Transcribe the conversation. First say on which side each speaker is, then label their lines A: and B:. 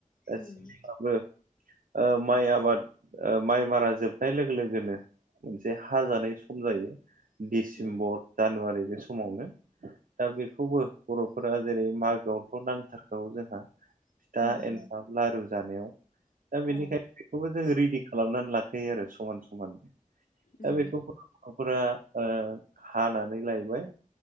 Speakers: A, on the left; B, on the right.
A: उम
B: एसेबाबो ओ माइ आबाद ओ माइ मारा जोबनाय लोगो लोगोनो मोनसे हाजानाय सम जायो डिसेम्बर
A: उम
B: जानुवारि बे समावनो दा बेखौबो बर'फोरा जेरै मागोआवथ' नांथारखागौ जोंहा फिथा
A: उम उम
B: एनथाब लारु जानायाव दा बेनिखायनो
A: औ
B: बेखौबो जों रेडि खालामनानै लाखायो आरो समान समान दा
A: उम
B: बेखौ गथ'फोरा ओ हानानै लायबाय